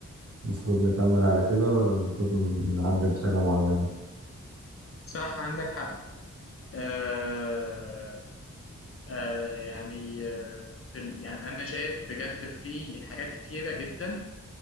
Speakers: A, on the right; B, on the left.
A: المفروض نكمل على كده ولا المفروض نعدل حاجة معينة
B: صح عندك حق آه آه يعني آه دل- يعني انا شايف بجد في حاجات كتيره جدا